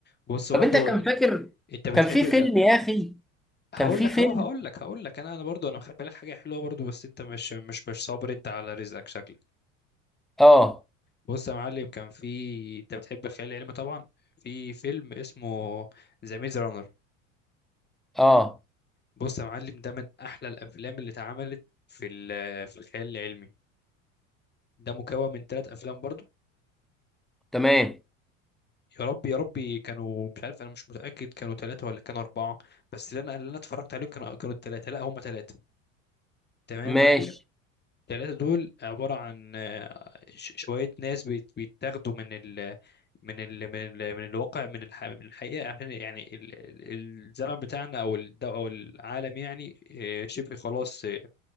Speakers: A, on the left; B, in the centre.
A: بص برضو
B: طب انت كان
A: انت
B: فاكر
A: انت بتحب
B: كان في
A: لا
B: فيلم يا اخي
A: هقول
B: كان في
A: لك
B: فيلم
A: اهو هقول لك هقول لك انا انا برضو انا مخبي لك حاجه حلوه برضو بس انت مش مش مش صابر انت على رزقك شكلك
B: اه
A: بص يا معلم كان في انت بتحب الخيال العلمي طبعا في فيلم اسمه ذا ميز رانر
B: اه
A: بص يا معلم ده من احلى الافلام اللي اتعملت في ال- في الخيال العلمي ده مكون من ثلاث افلام برضو
B: تمام
A: يا رب يا ربي كانوا مش عارف انا مش متاكد كانوا ثلاثه ولا كانوا اربعه بس اللي انا اللي انا اتفرجت عليهم كانوا كانوا الثلاثه لا هم ثلاثه تمام يا معلم
B: ماشي
A: الثلاثه دول عباره عن آه، ش- شويه ناس بيت- بيتاخدوا من ال من ال من ال من الواقع من الح- من الحقيقه عشان يعني ال- ال- الزمن بتاعنا او الد- او العالم يعني آه، شبه خلاص آه،